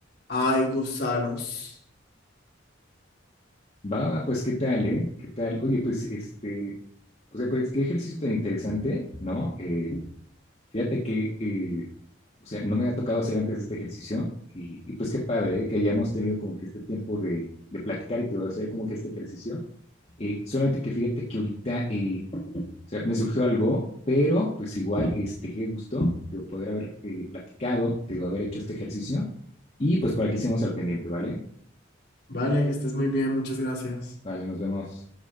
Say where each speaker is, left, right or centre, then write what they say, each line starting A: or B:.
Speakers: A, on the left; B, on the left.
A: Ay, gusanos.
B: Va, pues qué tal, ¿eh? ¿Qué tal? Oye, pues este, o sea, pues qué ejercicio tan interesante, ¿no? Eh, fíjate que eh, O sea, no me ha tocado hacer antes este ejercicio y, y pues qué padre ¿eh? que hayamos tenido como que este tiempo de, de platicar y te voy a hacer como que este ejercicio. Eh, solamente que fíjate que ahorita eh, o sea, me surgió algo, pero pues igual, este, qué gusto de poder haber eh, platicado, de haber hecho este ejercicio. Y pues por aquí seguimos al pendiente, ¿vale?
A: Vale, que estés muy bien, muchas gracias.
B: Vale, nos vemos.